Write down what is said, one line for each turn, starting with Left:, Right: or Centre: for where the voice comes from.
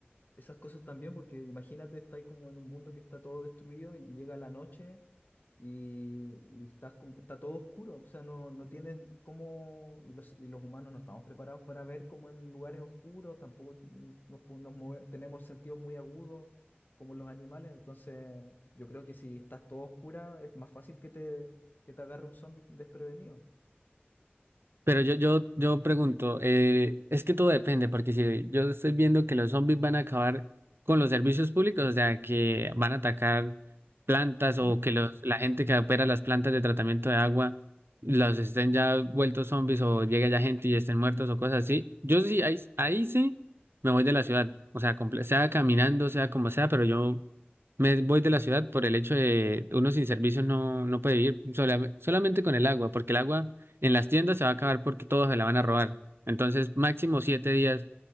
Left: esas cosas también, porque imagínate, está ahí como en un mundo que está todo destruido y llega la noche y, y estás como, está todo oscuro, o sea, no, no tienes cómo, y los, y los humanos no estamos preparados para ver como en lugares oscuros, tampoco mm, nos, po- nos move- tenemos sentidos muy agudos como los animales, entonces yo creo que si estás todo oscura es más fácil que te, que te agarre un zombie desprevenido.
Right: Pero yo, yo, yo pregunto, eh, es que todo depende, porque si yo estoy viendo que los zombies van a acabar con los servicios públicos, o sea, que van a atacar plantas
Left: <laughs>
Right: o que
Left: Mm.
Right: los, la gente que opera las plantas de tratamiento de agua los estén ya vueltos zombies o llegue ya gente y estén muertos o cosas así, yo sí, ahí, ahí sí me voy de la ciudad, o sea, comple- sea caminando, sea como sea, pero yo me voy de la ciudad por el hecho de uno sin servicios no, no puede vivir solam- solamente con el agua, porque el agua... En las tiendas se va a acabar porque todos se la van a robar. Entonces, máximo siete días